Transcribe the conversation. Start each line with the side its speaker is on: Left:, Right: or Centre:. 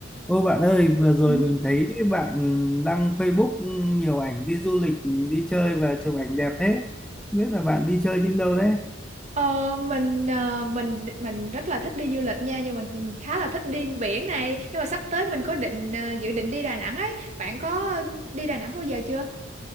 Centre: Ô bạn ơi, vừa rồi
Right: Ừ.
Centre: mình thấy bạn đăng Facebook nhiều ảnh đi du lịch, đi chơi và chụp ảnh đẹp thế. Không Biết là bạn đi chơi những đâu đấy?
Right: Ờ, mình ờ, mình mình rất là thích đi du lịch nha nhưng mà mình khá là thích đi biển này nhưng mà sắp tới mình có định ờ, dự định đi Đà Nẵng ấy bạn có đi Đà Nẵng bao giờ chưa